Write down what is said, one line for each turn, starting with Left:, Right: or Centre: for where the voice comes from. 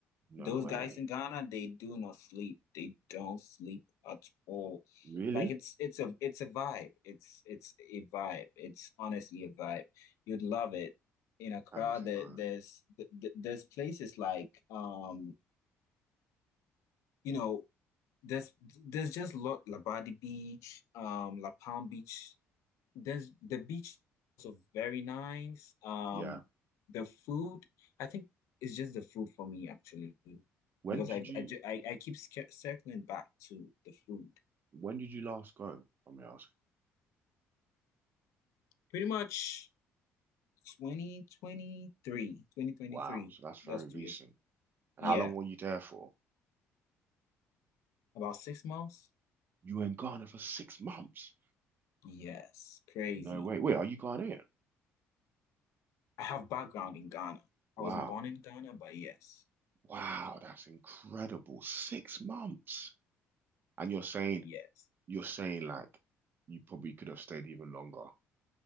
Right: No
Left: Those
Right: way.
Left: guys in Ghana, they do not sleep. They don't sleep at all.
Right: Really?
Left: Like it's it's a it's a vibe. It's it's a vibe. It's honestly a vibe. You'd love it. In Accra,
Right: I need to
Left: there,
Right: go.
Left: there's th- th- there's places like um you know there's there's just lot Labadi Beach, um La Palm Beach there's the beach is also very nice. Um,
Right: Yeah.
Left: the food, I think it's just the food for me actually,
Right: When
Left: because
Right: did
Left: I
Right: you
Left: I ju- I, I keep sca- circling back to the food.
Right: when did you last go? Let me ask.
Left: Pretty much Twenty twenty three, twenty twenty
Right: Wow,
Left: three.
Right: so that's very
Left: That's
Right: recent.
Left: two years.
Right: And
Left: Yeah,
Right: how long were you there for?
Left: about six months.
Right: You were in Ghana for six months.
Left: Yes, crazy.
Right: No way. Wait, are you Ghanaian?
Left: I have background in Ghana. I
Right: Wow.
Left: wasn't born in Ghana, but yes,
Right: Wow, that's incredible. Six months. And you're saying
Left: yes.
Right: you're saying like you probably could have stayed even longer.